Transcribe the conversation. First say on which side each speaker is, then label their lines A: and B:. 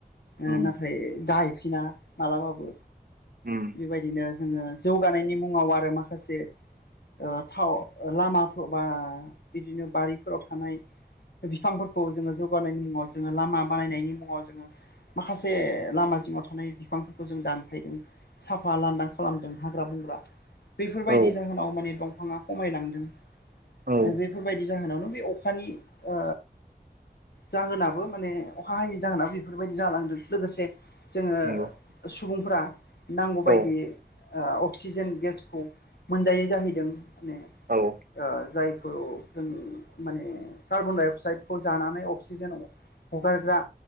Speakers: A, on the left; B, on the right.
A: ओ
B: उम
A: नाथाय गायफिना मालाबाबो
B: उम
A: बेबायदिनो जोङो जौगानायनि मुङाव आरो माखासे ओ थाव लामाफोर बा बिदिनो बारिफोराव थानाय बिफांफोरखौ जोङो जौगानायनि मुङाव जोङो लामा बानायनायनि मुङाव जोङो माखासे लामा जिङाव थानाय बि फांफोरखौ जों दानफायदों साफा लान्दां खालामदों हाग्रा बंग्रा। बैफोरबायदि
B: औ
A: जाहोनाव माने दंफाङा खमायलांदों।
B: औ
A: ओ बेफोरबायदि जाहोनावनो बे अखानि ओ जाहोनाबो माने अखा हायै जाहोनाबो बेफोरबायदि जालांदों लोगोसे जोङो
B: नंगौ
A: सुबुंफोरा नांगौबायदि
B: औ
A: ओ अक्सिजेन गेसखौ मोनजायै जाहैदों माने
B: औ
A: ओ जायखौ जों माने कार्बन डाइ अक्साइदखौ जानानै अक्सिजेन हगारग्रा